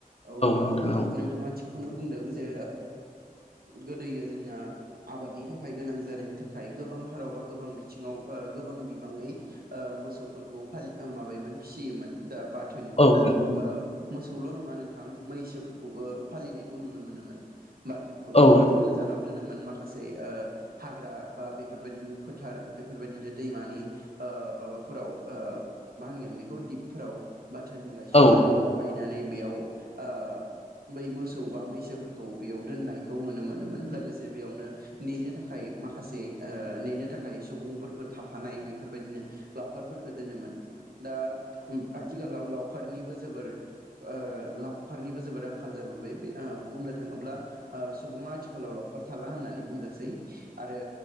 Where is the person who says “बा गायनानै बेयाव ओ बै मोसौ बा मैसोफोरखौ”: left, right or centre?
Right